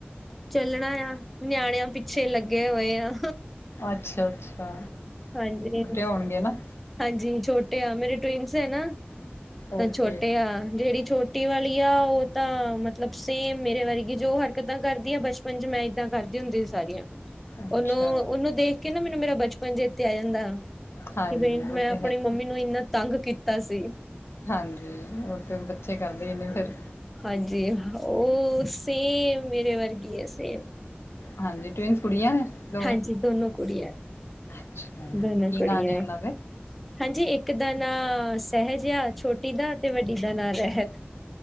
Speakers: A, in the centre; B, on the left.
A: ਚੱਲਣਾ ਆ, ਨਿਆਣਿਆਂ ਪਿੱਛੇ ਲੱਗੇ ਹੋਏ ਆ
B: ਅੱਛਾ-ਅੱਛਾ
A: ਹਾਂਜੀ।
B: ਹੋਣਗੇ ਨਾ।
A: ਹਾਂਜੀ ਛੋਟੇ ਆ ਮੇਰੇ ਟਵਿਨਸ ਐ ਨਾ, ਤਾਂ
B: ਓਕੇ
A: ਛੋਟੇ ਆ ਜਿਹੜੀ ਛੋਟੀ। ਟੀ ਵਾਲੀ ਆ ਉਹ ਤਾਂ ਮਤਲਬ ਸੇਮ ਮੇਰੇ ਵਰਗੀ ਜੋ ਹਰਕਤਾਂ ਕਰਦੀ ਆ ਬਚਪਨ। ਪਜ' ਮੈਂ ਇੱਦਾਂ ਕਰਦੀ ਹੁੰਦੀ ਸੀ ਸਾਰੀਆਂ।
B: ਅੱਛਾ
A: ਉਹਨੂੰ-ਉਹਨੂੰ ਦੇਖ ਕੇ ਨਾ ਮੈਨੂੰ ਮੇਰਾ ਬਚਪਨ ਚੇਤੇ ਆ ਜਾਂਦਾ।
B: ਹਾਂਜੀ
A: ਕਿ ਬਈ
B: ਉਹ
A: ਮੈਂ
B: ਤੇ
A: ਆਪਣੀ
B: ਹੈ ਹੀ
A: ਮੰਮੀ ਨੂੰ ਇੰਨਾ ਤੰਗ ਕੀਤਾ ਸੀ।
B: ਹਾਂਜੀ, ਉਹ ਤੇ ਬੱਚੇ ਕਰਦੇ ਈ ਨੇ ਫੇਰ।
A: ਹਾਂਜੀ, ਓਹ ਸੇਮ ਮੇਰੇ ਵਰਗੀ ਏ ਸੇਮ।
B: ਹਾਂਜੀ ਟਵਿੰਨਸ ਕੁੜੀਆਂ ਨੇ? ਦੋਵੇਂ,
A: ਹਾਂਜੀ ਦੋਨੋ ਕੁੜੀਆਂ
B: ਹਾਂ ਜੀ
A: ਦੋਨੋ
B: ਕੀ
A: ਕੁੜੀਆਂ
B: ਨਾਂ ਨੇ
A: ਹੈ
B: ਉਹਨਾਂ ਦੇ?
A: ਹਾਂਜੀ ਇੱਕ ਦਾ ਨਾਂ ਸਹਿਜ ਏ ਆ ਛੋਟੀ ਦਾ ਤੇ ਵੱਡੀ ਦਾ ਨਾਂ ਰਹਿਤ।